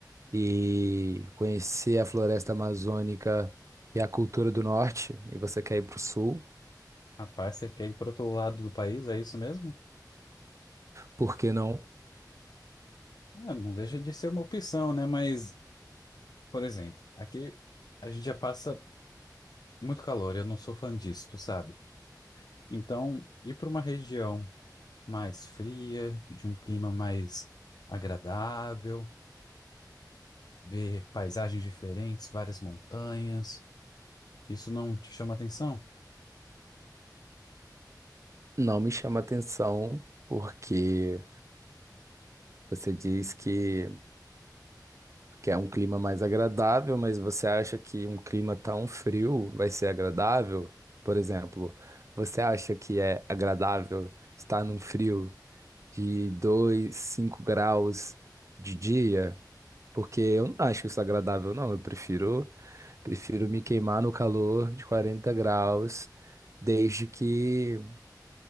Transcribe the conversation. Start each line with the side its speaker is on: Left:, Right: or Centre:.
Right: e conhecer a floresta amazônica e a cultura do norte, e você quer ir para o sul,
Left: Rapaz, você quer ir pro outro lado do país, é isso mesmo?
Right: por que não?
Left: Ah, não deixa de ser uma opção, né? Mas, por exemplo, aqui a gente já passa muito calor, eu não sou fã disso, tu sabe? Então, ir para uma região mais fria, de um clima mais agradável, ver paisagens diferentes, várias montanhas, isso não te chama atenção?
Right: Não me chama atenção, porque você diz que quer um clima mais agradável, mas você acha que um clima tão frio vai ser agradável? Por exemplo, você acha que é agradável estar num frio? de dois cinco graus de dia, porque eu não acho isso agradável, não. Eu prefiro, prefiro me queimar no calor de 40 graus, desde que,